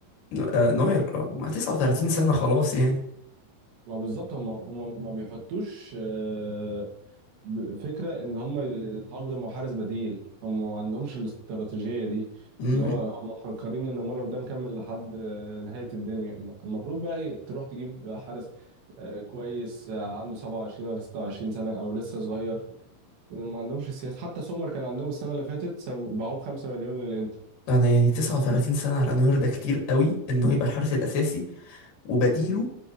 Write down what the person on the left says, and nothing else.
ن- آه نوير آه مع 39 سنة خلاص يعني
امم
انا يعني 39 سنة على نوير ده كتير قوي انه يبقى الحارس الاساسي وبديله